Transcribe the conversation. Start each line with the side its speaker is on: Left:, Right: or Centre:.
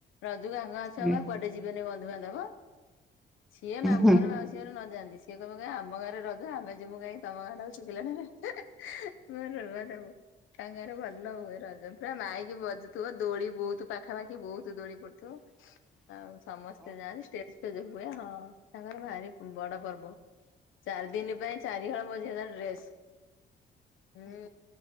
Left: ରଜକୁ ଆ <unintelligible> ନୂଆ ଅଛ
Centre: ହୁଁ
Left: ବା କୁଆଡେ ଯିବେନି ବନ୍ଧୁବାନ୍ଧବ ସିଏ ମାମୁଁ
Centre: ହୁଁ
Left: ଘର ମାଉସ୍ ସି ଅରେ ନ ଯାଆନ୍ତି ସିଏ କହିବ କି ଆମ ଗାଁରେ ରଜ ଆମେ ଯିବୁ କାଇଁ ତମ ଗାଁଟାକୁ ଶୁଖିଲାଟାରେ। <unintelligible> ତା ଗାଁରେ ଭଲ ହୁଏ ରଜ ପୁରା ମାଇକି ବଜୁଥିବ ଦୋଳି ବହୁତୁ ପାଖାପାଖି ବହୁତୁ ଦୋଳି ପଡୁଥିବ।
Centre: ହ
Left: ଆଉ ସମସ୍ତେ ଯାଆନ୍ତି ଷ୍ଟେଜ୍ ଫେଜ୍ ହୁଏ ହଁ ତାଙ୍କର ଭାରି ବଡ ପର୍ବ। ଚାରି ଦିନ ପାଇଁ ଚାରିହଳ <unintelligible> ମଝିଆ ଡ୍ରେସ ହୁଁ